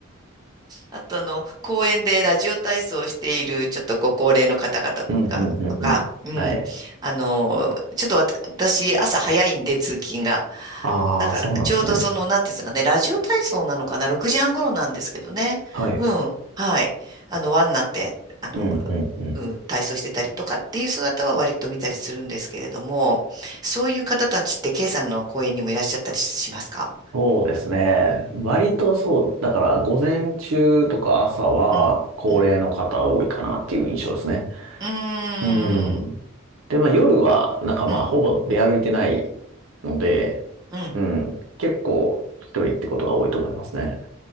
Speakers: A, on the right; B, on the right.
A: あと、あの、公園でラジオ体操をしている、ちょっとご高齢の方々が、
B: うん、うん、うん、
A: とか、
B: うん。
A: うん。
B: はい。
A: あの、ちょっとわた私、朝早いんで、通勤が。
B: ああ、
A: だから、
B: そうなんですね。
A: ちょうどその、なんていうんですかね、ラジオ体操なのかな、6時半頃なんですけどね。
B: はい。
A: うん。はい。あの、輪になって、あの、
B: うん、うん、うん。
A: うん、体操してたりとかっていう姿は割と見たりするんですけれども、そういう方たちって、K さんの公演にもいらっしゃったりしますか
B: そうですね。割とそう、だから午前中とか朝は高齢の方多いかなっていう印象ですね。
A: うん。うん。うーん。
B: うん。で、まあ夜はなんかまあほぼ出歩いてないので、
A: うん。うん。
B: うん。結構一人ってことが多いと思いますね。